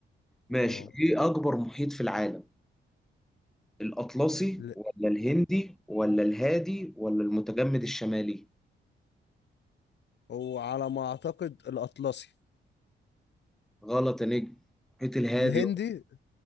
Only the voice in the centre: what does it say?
ماشي
ايه اكبر محيط في العالم الاطلسي
ولا الهندي ولا الهادي ولا المتجمد الشمالي
غلط يا نجم محيط الهادي